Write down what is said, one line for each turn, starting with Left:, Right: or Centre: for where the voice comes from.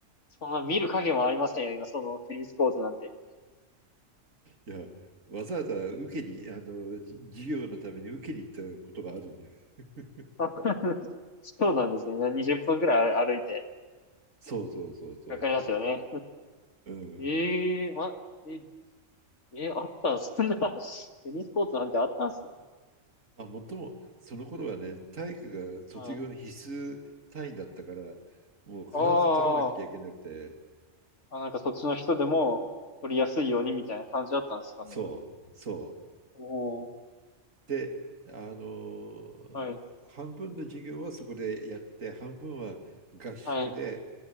Left: そんな見る影もありませんよ、今、そのテニスコートなんて。
Right: う、いや、わざわざ受けに、あの、授業のために受けに行ったことがあるんだよ。<laughs>
Left: <laughs> そうなんですね。20分くらい歩いて、
Right: そうそうそうそ
Left: かかりますよね。
Right: う。うん。
Left: ええま、え、え、あったんす、そんな、<laughs> テニスコートなんてあったんすね。
Right: まあ、もっとも、その頃はね、体育が卒業の必須単位だったから、
Left: はい。
Right: もう必ず取らなくちゃいけなくて、
Left: あーあ、なんかそっちの人でも、取りやすいようにみたいな感じだったんですかね。
Right: そう、そう。
Left: おお、
Right: で、あのー半分の授業はそこでやって、
Left: はい、
Right: 半分は合宿で、
Left: はい、